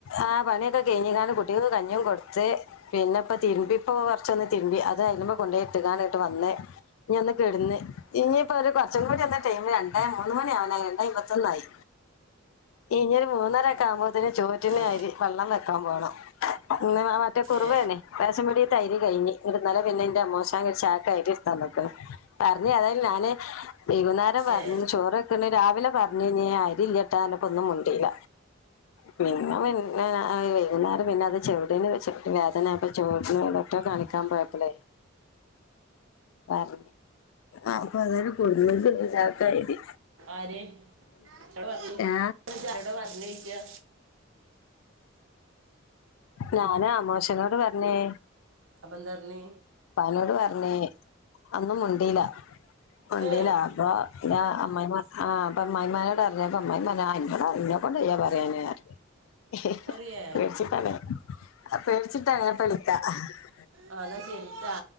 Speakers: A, on the left; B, on the right.
A: ആ പണിയൊക്കെ കെയ്ഞ്ക്കാണ്ട് കുട്ട്യാക്ക് കഞ്ഞി കൊട്ത്ത് പിന്നെപ്പ തിരുമ്പിപൂ കുറച്ചൊന്ന് തിരുംപി അത്അയലിന് മാൽകൊണ്ട് ഇട്ട് കാനിട്ട് വന്നേ ഞ ഒന്ന് കിടന്ന് ഇനിയിപ്പോ ഒരു കുറച്ച കുടി ഒന്ന് ടൈമ് രണ്ടായി മൂന്ന് മണിയാവന്നായി രണ്ടായിപത്തൊന്നായി ഇനിഒരു മൂന്നരൊക്കെ ആകുമ്പോത്തിന് ചോറ്റിന്
B: ആ
A: അരി വെള്ളം വെക്കാൻ പോണം പിന്നെ ആ മാറ്റെ കുറവേണ്
B: ഏ
A: റേഷൻ പിടിതെ അരി കഴിഞ് ഇന്നലെ പിന്നെ എൻ്റെ അമ്മോശന ഒരുചാക്ക് അരി ഇട്ത്ത് തന്ന്ട്ട് പറഞ് ഏതായാലും ഞാന് വൈകുന്നേരം പറഞ്ഞ്
B: ഏ
A: ചോറ്ക്കണ് രാവിലെ പറഞ്ഞീന്ന് അരില്ലേട്ടാ പറഞ്ഞപ്പൊ ഒന്നും മുണ്ടില്ല പിന്നെ പിന്ന വൈകുന്നേരം പിന്നെ അത് ചെവ്ടന്ന് വെച്ചപ്പാ വേദന അപ്പ ചോട്നോട്‌ ഡോട്രെ കാണിക്കാൻ പോയപ്പളെ പറഞ്ഞ് അപ്പൊ അതരു കൊട്ന്ന്ണ്ട് ഒരു ചാക്ക് അരി
B: ആര് എന്നോട് പറഞ്ഞി
A: ഏ
B: <unintelligible> ആരോടാ പറഞ്ഞയ്ക്കാ
A: ഞാന അമ്മോശനോട് പറഞ്ഞേ
B: അപ്പൊ എന്താ പറഞ്
A: ഇപ്പാനോട് പറഞ്ഞേ ഒന്നും മുണ്ടീല മുണ്ടീല
B: ഏ
A: അപ്പൊ ഇതാ അമ്മായിമ്മ ആ ആപ്പൊ അമ്മായിമ്മാനോട് പറഞ്ഞപ്പൊ അമ്മായിപറയാ എന്റെട ഇന്നെക്കൊണ്ട് വയ്യ പറയാന് പറഞ്ഞു
B: പറയേ
A: പേടിച്ചിട്ടാണ് ആ പേടിച്ചിട്ടാണ് ഞാന്പ്പ വിളിക്കാ ആ
B: ആ എന്നാ ശെരിട്ടാ